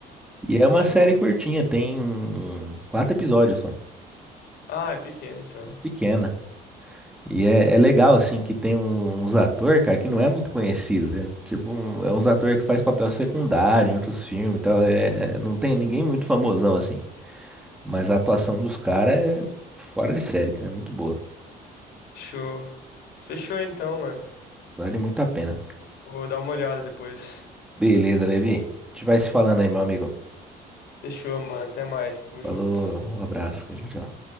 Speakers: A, in the centre; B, on the left.
A: E é uma
B: Show.
A: série curtinha, tem quatro episódios só.
B: Ah, é pequeno então.
A: É pequena. E é, é legal, assim, que tem um- uns atores, cara, que não é muito conhecido, né? Tipo, um- é uns atores que faz papel secundário em outros filmes e tal. É, não tem ninguém muito famosão, assim. Mas a atuação dos caras é fora de série, cara. É muito boa.
B: Show. Fechou então, mano.
A: Vale muito a pena.
B: Vou dar uma olhada depois.
A: Beleza, Levi. A gente vai se falando aí, meu amigo.
B: Fechou, mano. Até mais. Tamo
A: Falou,
B: junto.
A: um abraço, cara. Tchau, tchau.